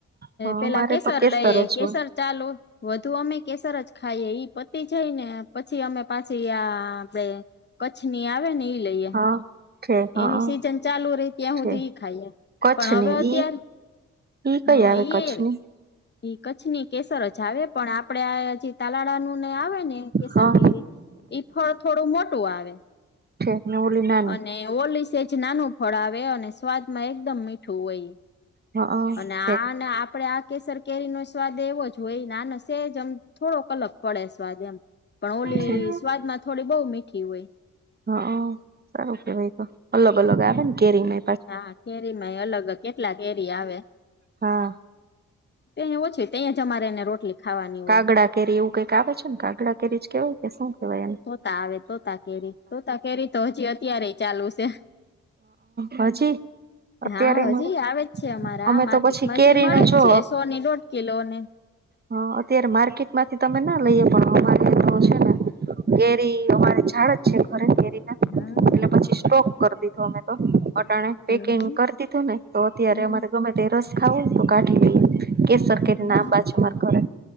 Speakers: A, on the right; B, on the left.
A: હા
B: પેલા
A: અમારે
B: કેસર
A: તો
B: લઈ
A: જ
B: કેસર
A: હોય
B: ચાલો. વધુ અમે કેસર જ ખાઈએ ઈ પતિ જાય ને પછી અમે પાછી આ આપણે કચ્છની આવે ને ઈ લઈએ
A: હા ઠીક હા
B: એની સિઝન ચાલુ રહી ત્યાં
A: ઠીક
B: સુુંધી ખાએ
A: કચ્છની
B: પણ હવે અત્યારે
A: ઈ ઈ કઈ
B: હા
A: આવે
B: ઈ
A: કચ્છની
B: ઈ કચ્છની કેસર જ આવે પણ આપણે આ હજી તાલાળાનું ને આવે ને કેસર
A: હા
B: કેરી ઈ ફળ થોડું મોટું આવે
A: ઠેને ઓલી નાની
B: ને ઓલીસેજ નાનું ફળ આવે અને સ્વાદમાં એકદમ મીઠું હોય
A: હા
B: અને
A: ઠેક
B: આને આપડે આ કેસર કેરીનો સ્વાદ એવો જ હોય ને આનો સેજ આમ થોડો કલક પડે સ્વાદ એમ પણ ઓલી
A: ઠેક
B: સ્વાદમાં થોડી બો મીઠી હોય
A: હ સારું કેવાય તો અલગ અલગ આવે ને કેરી મે
B: હા કેરીમાં અલગ કેટલા કેરી આવે
A: હા
B: તેય ઓછી તેય જ અમારે ને રોટલી ખાવાની હોય
A: કાગડા કેરી એવું કઈક આવે છે, ને કાગડા કેરી કેવાય કે શું કેવાય
B: તોતા આવે તોતા કેરી તોતા કેરી તો હજી અત્યારેય ચાલુ છે.
A: હ હજી અત્યારે
B: હા
A: મળે
B: હજી આવે જ છે, અમારા
A: અમે
B: માર્કેટમાં
A: તો પછી કેરી
B: હજી મળે
A: નું
B: જ
A: જો
B: છે, સોની દોઢ કિલોને
A: હ અત્યારે માર્કેટ માંથી તમે ના લઈએ પણ અરે તો છે, ને કેરી અમારે ઝાડ જ છે, ઘરે કેરી ના
B: હમ.
A: એટલે પછી સ્ટોક કરી દીધો અમે તોટાણે પેકિંગ
B: હમ
A: કરી દીધું ને તો અત્યારે
B: હમ
A: અમારે ગમે તે રસ ખાવું તો કાઢી લે કેસર
B: હમ.
A: કેરી નામ બાજ તમાર ઘરે